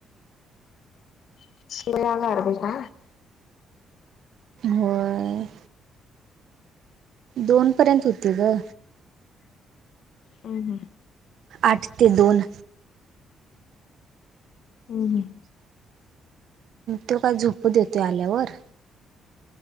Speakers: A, on the left (about 65°); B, on the right (about 70°).
A: <inaudible>
B: होय दोन पर्यंत होती ग
A: हम हम
B: आठ ते दोन
A: हम् हम
B: तो काय झोपू देतोय आल्यावर